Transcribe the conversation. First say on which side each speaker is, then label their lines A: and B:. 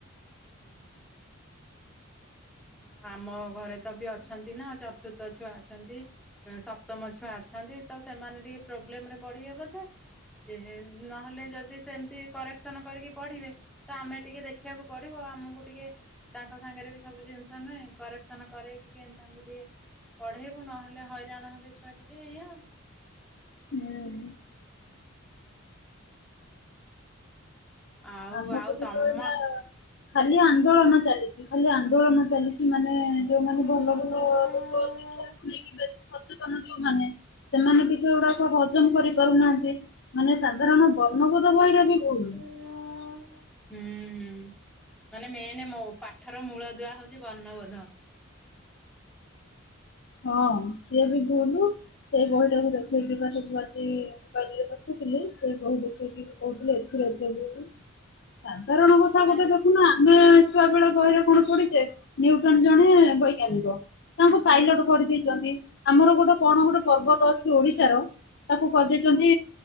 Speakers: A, in the centre; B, on the left (about 55°).
A: ଉଁ - ହୁଁ। ହଁ ଆମ ଘରେ ତ ବି ଅଛନ୍ତି ନା, ଚତୁର୍ଥ ଛୁଆ ଅଛନ୍ତି। ସପ୍ତମ ଛୁଆ ଅଛନ୍ତି, ତ ସେମାନେ ଟିକେ ପ୍ରୋବ୍ଲେମ ରେ ପଡିବେ ବୋଧେ? ଯେହେ ନହେଲେ ଯଦି ସେମିତି କରେକ୍ସନ କରିକି ପଢିବେ, ତ ଆମେ ଟିକେ ଦେଖିବାକୁ ପଡିବ। ଆମକୁ ଟିକେ ତାଙ୍କ ସାଙ୍ଗରେ ବି ସବୁ ଜିନିଷ ନୁହେଁ କରେକ୍ସନ କରେଇକି, କେନ୍ତି ତାଙ୍କୁ ଟିକେ ପଢେଇବୁ, ନହେଲେ ହଇରାଣ ହେବେ ଛୁଆ ଟିକେ ଏଇଆ ଆଉ।
B: ହୁଁ।
A: ଆଉ
B: ଆମ
A: ଆଉ
B: ପଟେ
A: ତମ
B: ତ ଏଇନା ଖାଲି ଆନ୍ଦୋଳନ ଚାଲିଚି, ଖାଲି ଆନ୍ଦୋଳନ ଚାଲିଚି। ମାନେ ଯୋଉମାନେ
A: ହୁଁ
B: ଭଲ ଭଲ ଲୋକ ଶିକ୍ଷାକୁ ନେଇକି, ବେଶୀ ସଚେତନ ଯୋଉମାନେ ସେମାନେ ଟିକେ ଏ ଗୁଡାକ ହଜମ କରି ପାରୁନାହାନ୍ତି। ମାନେ ସାଧାରଣ ବର୍ଣ୍ଣବୋଧ ବହିରେ ବି ଭୁଲ୍।
A: <unintelligible>
B: ହ
A: ହୁଁ- ହୁଁ ମାନେ ମେନ୍ ମୋ ପାଠର ମୂଳଦୁଆ ହଉଚି ବର୍ଣ୍ଣବୋଧ।
B: ହଁ ସିଏ ବି ଭୁଲ୍, ସେଇ ବହିଟାକୁ ଦେଖେଇକି ବା ସେଠୁ <unintelligible> କାଲି ଦେଖୁଥିଲି, ସେଇ ବହି ଦେଖେଇକି କହୁଥିଲେ ଏଥିରେ ଅଧେ ଭୁଲ୍। ସାଧାରଣ କଥା
A: ସେଇବା
B: ଗୋଟେ ଦେଖୁନା, ଆମେ ଛୁଆ ବେଳେ ବହିରେ କଣ ପଢିଚେ ନ୍ୟୁଟନ ଜଣେ ବୈଜ୍ଞାନିକ, ତାଙ୍କୁ
A: ହୁଁ
B: ପାଇଲଟ ଚନ୍ତି। ଆମର ଗୋଟେ କଣ ଗୋଟେ ପର୍ବତ ଅଛି, ଓଡିଶାର ତାକୁ କରିଦେଇଛନ୍ତି,